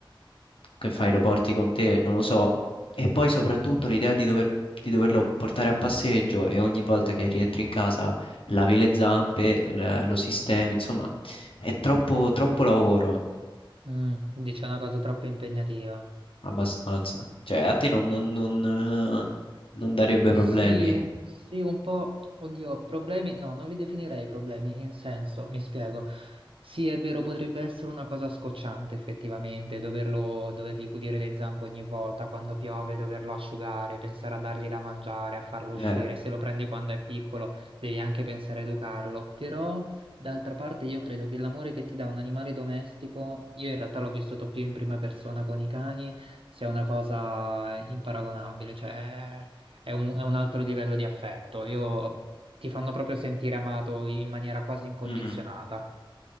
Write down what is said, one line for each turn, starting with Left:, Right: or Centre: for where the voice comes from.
Left: che fai? Lo porti con te? Non lo so. E poi soprattutto l'idea di dover- di doverlo portare a passeggio e ogni volta che rientri in casa lavi le zampe, l- lo sistemi, insomma, è troppo, troppo lavoro.
Right: Mm, dici è una cosa troppo impegnativa.
Left: Abbastanza. Cioè, a te non, non- non, eh, non darebbe
Right: Sì,
Left: problemi.
Right: sì, un po', oddio, problemi, no, non li definirei problemi, in senso, mi spiego. Sì, è vero, potrebbe essere una cosa scocciante effettivamente, doverlo, dovergli pulire le zampe ogni volta quando piove, doverlo asciugare, pensare a dargli da mangiare, a farlo
Left: Eh,
Right: uscire. Se lo prendi quando è piccolo, devi anche pensare a educarlo. Però, d'altra parte, io credo che l'amore che ti dà un animale domestico, io in realtà l'ho vissuto più in prima persona con i cani, sia una cosa imparagonabile, cioè è un, è un altro livello di affetto. Io, ti fanno proprio sentire amato in maniera quasi incondizionata.
Left: mhm.